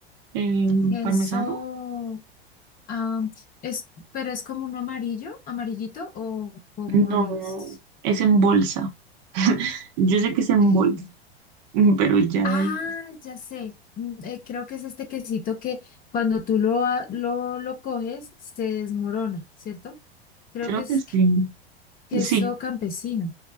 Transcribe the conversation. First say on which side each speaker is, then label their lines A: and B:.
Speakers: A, on the right; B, on the left.
A: ¿El
B: eso,
A: parmesano?
B: ah, es, pero es como un amarillo, amarillito o cómo
A: No,
B: es.
A: es en bolsa. Yo sé que es en
B: Eh,
A: bolsa, <laughs> pero ya
B: ah,
A: de ahí,
B: ya sé. Mm, eh, creo que es este quesito que cuando tú lo, a- lo, lo coges se desmorona, ¿cierto? Creo
A: creo
B: que es
A: que sí.
B: queso
A: Sí,
B: campesino.